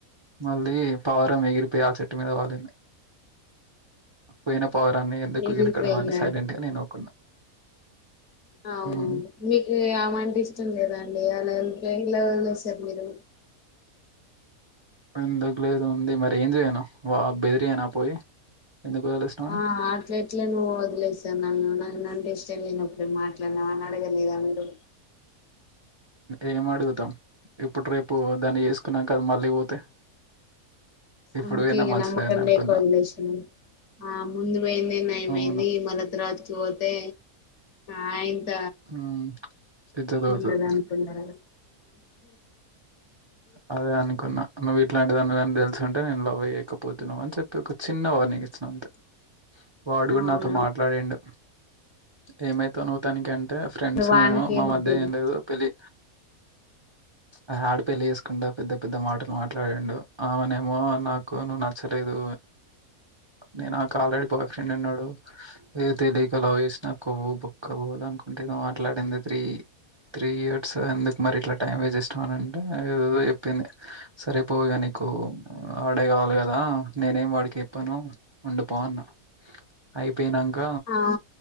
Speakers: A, on the right; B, on the left.
A: మళ్ళీ పావురం ఎగిరిపోయి ఆ చెట్టు మీద వాాలి పోయిన పావురాన్ని ఎందుకు
B: ఎగిరిపోయిందా
A: గెలకడం అంటే సైలెంట్ గా నేను ఊకున్నా
B: అవున
A: ఉమ్
B: మీకు ఆమంటె ఇష్టం లేదా అండి అలా ఎల్లి పోయి లవ్ సార్ మీరు
A: ఎందుకు లేదండి మరి ఏం చేయను వా బెదిరియనా పోయి ఎందుకు వదిలేసినావు అని
B: ఆ ఆట్లెట్ల నువ్ వదిలేసావ్ నన్ను చెళ్ళినప్పుడుే మాట్లాడినామ అని అడగలేదా మీరు
A: ఏం అడుగుతాం ఇప్పుడు రేపు దాన్ని చేసుకున్నాక అది మళ్ళీ పోతే ఇప్పుడు
B: అందుకే
A: పోయినా
B: ఇక
A: మంచిదైంది
B: నమ్మకం
A: అనుకున్నా
B: లేక వదిలే ఆ ముందు పోయింది నయమయింది
A: అవును
B: మళ్ళ త రాత్రికి పోతే ఆ ఇంత
A: హ్మ్. పిచ్చతగుతది.
B: ఉండద అనుకున్నార
A: అదే అనుకున్నా నువ్వు ఇట్లాంటి దానివి అని తెలుసుంటే నేను లవ్ చేయకపోతున్నావ్ అని చెప్పి ఒక చిన్న వార్నింగ్ ఇచ్చినను అంతే వాడు కూడా
B: అవును
A: నాతో మాట్లాడండు ఏమైత నువ్వు తననికి అ‌ని. అంటే ఫ్రెండ్స్
B: వానికేం
A: మేము మా మధ్య
B: అనిపియదు.
A: ఏం లేదు పెళ్లి. ఆ ఆడ పెళ్లి చేేసుకుండా పెద్ద పెద్ద మాటలు మాట్లాడాండు ఆమెనే ఏమో నాకు నువ్వు నచ్చలేదు. నే నా ఆల్రెడీ బాయ్ ఫ్రెండ్ ఉన్నాడు ఏ తెలియక లవ్ చేసిన కొ. ఒక్క బోల్ అనుకుంటే ఏదో మాట్లాడింది త్రీ త్రీ ఇయర్స్ ఎందుకు మరి ఇట్లా టైం వేసట్. ఉంటనంటే ఇగ ఏదదో చెప్పింది సరిపోగా నీకు ఆడే కావాలి కదా నే. నెను వాడికి చేప్పను వుండిపో అని చెప్పింది. పోయినాక
B: ఆ